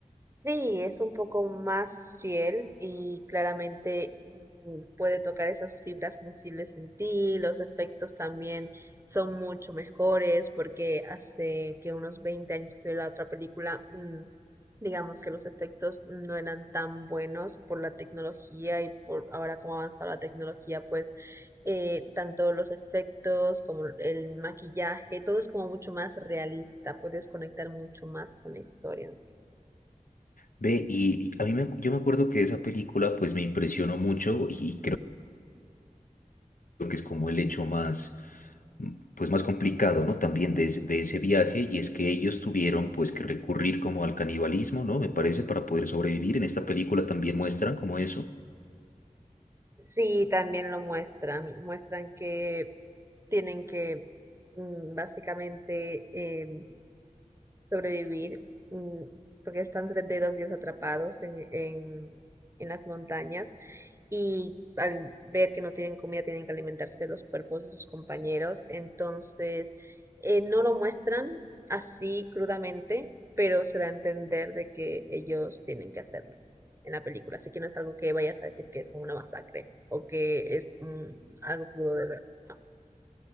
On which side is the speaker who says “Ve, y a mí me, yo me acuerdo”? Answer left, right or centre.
Left